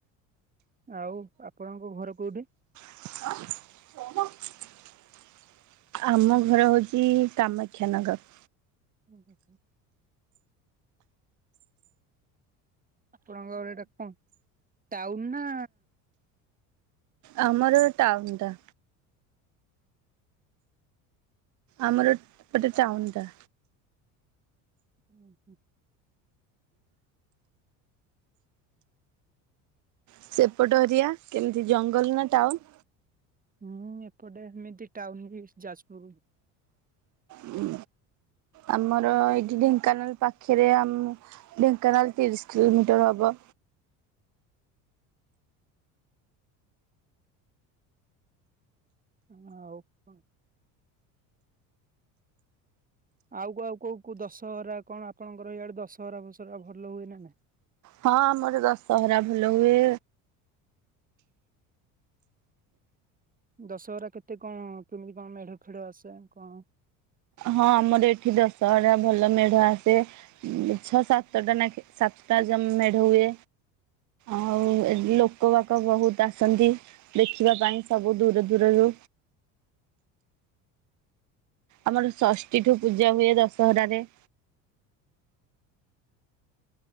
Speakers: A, on the right; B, on the right.
A: ଆଉ ଆପଣଙ୍କ ଘର କୋଉଠି?
B: <inaudible> ଆମ ଘର ହଉଚି କାମାକ୍ଷାନଗର୍।
A: ଉଁ ହୁଁ ହୁଁ। ଆପଣଙ୍କର ଘର ଟା କଣ, ଟାଉନ ନା
B: ଆମର ଏ ଟାଉନ ଟା। ଆମର ଏ ପଟେ ଟାଉନଟା।
A: ଉଁ ହୁଁ।
B: ସେପଟ ଏରିଆ କେମିତି ଜଙ୍ଗଲ୍ ନା ଟାଉନ୍?
A: ହୁଁ ଏପଟେ ଏମିତି ଟାଉନ ବି ଯାଜପୁର
B: ହୁଁ। ଆମର ଏଇଠି ଢେଙ୍କାନାଳ ପାଖରେ ଆ ଢେଙ୍କାନାଳ ତିରିଶ କିଲୋମିଟର ହବ।
A: ହଉ ଆଉ କଣ? ଆଉ କ କଉ କଉ ଦଶହରା କଣ ଆପଣଙ୍କର ଇଆଡେ ଦଶହରା ଫଶହରା ଭଲ ହୁଏ ନା ନାଇ?
B: ହଁ ଆମର ଦଶହରା ଭଲ ହୁଏ।
A: ଦଶହରା କେତେ କଣ କେମିତି କଣ ମେଢ ଖେଢ ଆସେ କଣ?
B: ହଁ ଆମର ଏଠି ଦଶହରା ଭଲ ମେଢ ଆସେ। ଛଅ ସାତଟା ଲେଖା ସାତଟା ମେଢ ହୁଏ। ଆଉ ଏଠି ଲୋକ ପାଖ ବହୁତ ଆସନ୍ତି। ଦେଖିବା ପାଇଁ ସବୁ ଦୂର ଦୂରରୁ। ଆମର ଷଷ୍ଠୀ ଠୁ ପୂଜା ହୁଏ ଦଶହରାରେ।